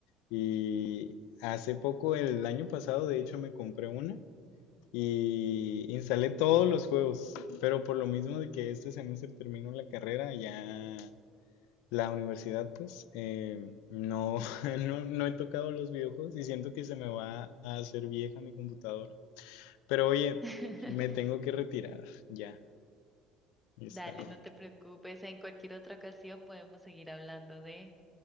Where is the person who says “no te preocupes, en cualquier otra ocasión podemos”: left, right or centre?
Centre